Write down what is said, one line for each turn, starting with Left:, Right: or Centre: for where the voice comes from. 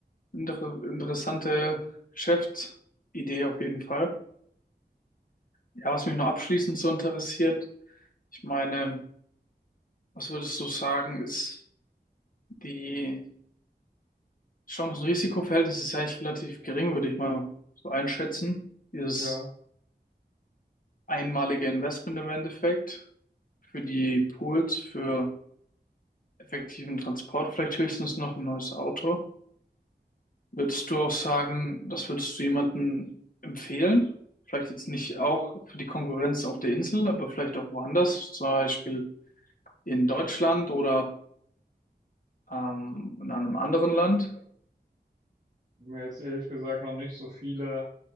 Left: inter interessante Geschäftsidee auf jeden Fall. Ja, was mich noch abschließend so interessiert, ich meine, was würdest du sagen, ist die Chancen-Risiko-Verhältnis ist ja eigentlich relativ gering, würde ich mal so einschätzen. Dieses
Right: ja.
Left: einmalige Investment im Endeffekt für die Pools, für effektiven Transport, vielleicht höchstens noch ein neues Auto. Würdest du auch sagen, das würdest du jemandem empfehlen? Vielleicht jetzt nicht auch für die Konkurrenz auf der Insel, aber vielleicht auch woanders, zum Beispiel in Deutschland oder ähm, in einem anderen Land.
Right: Ich hab mir jetzt ehrlich gesagt noch nicht so viele